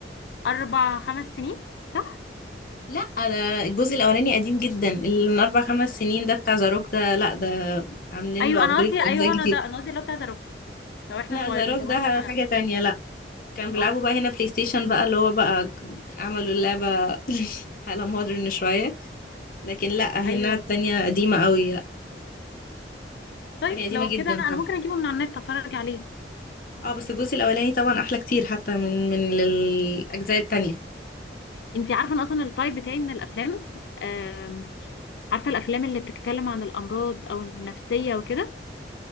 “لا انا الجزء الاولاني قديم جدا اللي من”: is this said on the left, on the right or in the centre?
Left